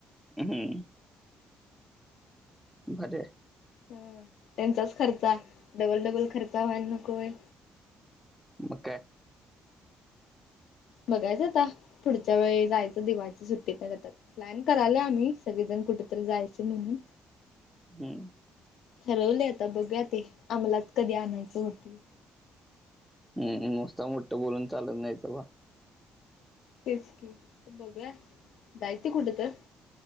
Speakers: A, in the centre; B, on the left.
A: हम बर
B: ह त्यांचाच खर्चा डबल डबल खर्चा व्हायला नकोय
A: मे
B: बघायचं आता थोडच्या वेळी जायचं दिवाची सुट्टीत नाही जातात प्लॅन कराला आम्ही सगळेजण कुठेतरी जायचे म्हणून
A: हम्म
B: ठरवले आता बघूया ते आम्हालाच कधी आणायचं होते
A: हम् नसता मोठं बोलून चालत नाही ते बा
B: तेच की बघया दय ते कुठं तर